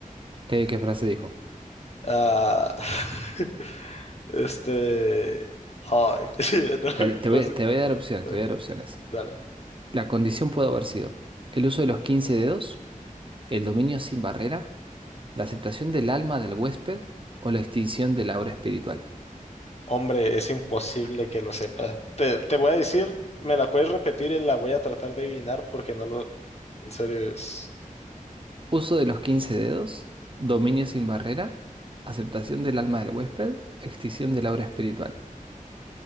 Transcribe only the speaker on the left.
Ah, <laughs> este, ay, <laughs> no,
no sé.
Bueno,
Dale.
Hombre, es imposible que lo sepa. Te, te voy a decir, me la puedes repetir y la voy a tratar de adivinar porque no lo, en serio, es-